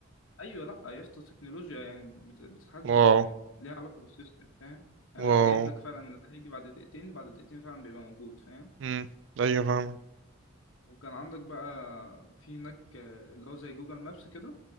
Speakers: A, on the left (about 75°); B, on the right (about 65°).
A: ايوه لا يا اسطى التكنولوجيا يعني بت- بتحدث
B: واو
A: يعني ليها علاقه بالسيستم فاهم يعني
B: واو
A: بيبقى جايب لك فعلا ده هيجي بعد دقيقتين بعد دقيقتين فعلا بيبقى موجود فاهم
B: مم. ايوه فاهمك
A: وكان عندك بقى في هناك آه، اللي هو زي جوجل مابس كده